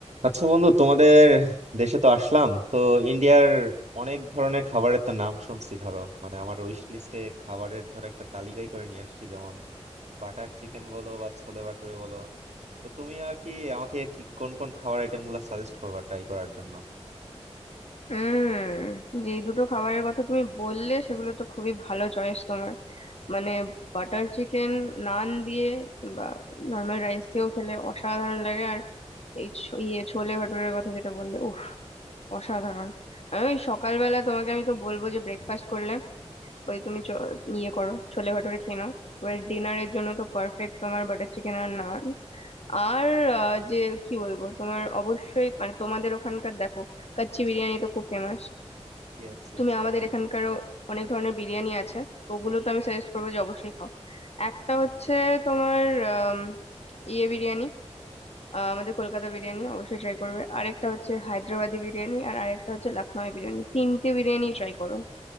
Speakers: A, on the right (about 80°); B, on the left (about 65°).
A: আচ্ছা বন্ধু তোমাদের দেশে তো আসলাম তো ইন্ডিয়ার অনেক ধরনের খাবারের তো নাম শুনছি ধরো মানে আমার উইশ লিস্টে খাবারের ধরো একটা তালিকাই করে নিয়ে আসছি যেমন বাটার চিকেন বলো বা ছোলে ভাটুরে বলো তো তুমি আর কি আমাকে কি কোন কোন খাবার আইটেম গুলো সাজেস্ট করবা ট্রাই করার জন্য
B: হুম যে দুটো খাবারের কথা তুমি বললে সেগুলো তো খুবই ভালো চয়েস তোমার মানে বাটার চিকেন নান দিয়ে বা নর্মাল রাইস দিয়েও খেলে অসাধারণ লাগে আর এই ছ- ইয়ে ছোলে ভাটুরের কথা যেটা বললে উফ অসাধারণ আমি ওই সকালবেলা তোমাকে আমি তো বলবো যে ব্রেকফাস্ট করলে ওই তুমি চ- ইয়ে করো ছোলে ভাটুরে খেয়ে নাও এবার ডিনারের জন্য তো পারফেক্ট তোমার বাটার চিকেন আর নান আর আহ, যে কি বলবো তোমার অবশ্যই মানে তোমাদের ওখানকার দেখো কাচ্চি বিরিয়ানি তো খুব ফেমাস
A: Yes yes
B: তুমি আমাদের এখানকারও অনেক ধরনের বিরিয়ানি আছে তো ওগুলো তো আমি সাজেস্ট করবো যে অবশ্যই খাও একটা হচ্ছে তোমার আম, ইয়ে বিরিয়ানি আহ, আমাদের কলকাতা বিরিয়ানি অবশ্যই ট্রাই করবে আরেকটা হচ্ছে হায়দ্রাবাদি বিরিয়ানি আর আরেকটা হচ্ছে লখনৌ বিরিয়ানি তিনটে বিরিয়ানি ট্রাই করো